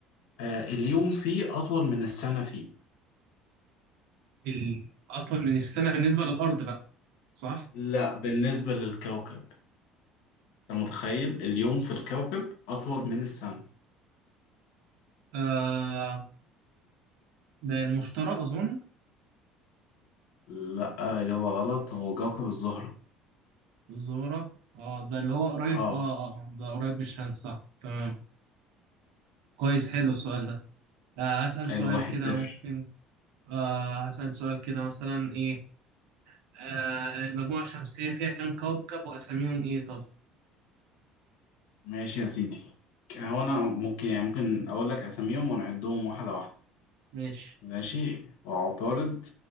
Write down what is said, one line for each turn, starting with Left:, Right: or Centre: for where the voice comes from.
Left: آه، اليوم فيه أطول من السنة فيه
Right: الأطول من السنة بالنسبة للأرض بقى صح
Left: لا بالنسبة للكوكب أنت متخيل اليوم في الكوكب أطول من السنة
Right: آه، ده المشترى أظن
Left: لا إجابة غلط هو كوكب الزهرة
Right: الزهرة اه ده اللي هو قريب
Left: اه
Right: اه اه آه، ده قريب من الشمس صح تمام كويس حلو السؤال ده آه هسأل
Left: حلو
Right: سؤال
Left: واحد
Right: كده
Left: صفر
Right: ممكن آه هسأل سؤال كده مثلا ايه آه المجموعة الشمسية فيها كام كوكب وأساميهم ايه طب
Left: ماشي يا سيدي هو أنا ممكن يعني ممكن أقول لك أساميهم ونعدهم واحدة واحدة
Right: ماشي
Left: ماشي وعطارد